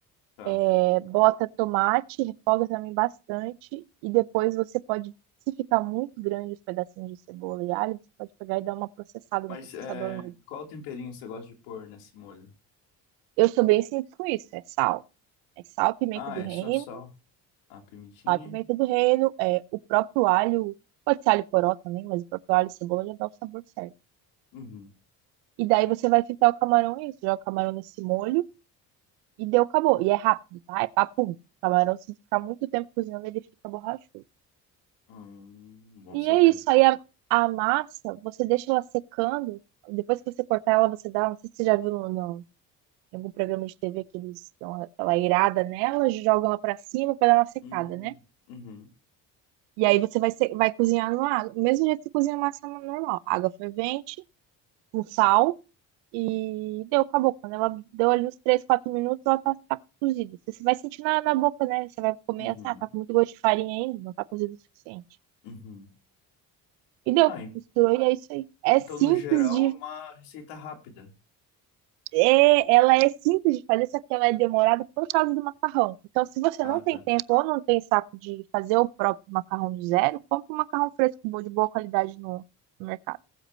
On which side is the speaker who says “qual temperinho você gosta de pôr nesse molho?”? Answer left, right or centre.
Left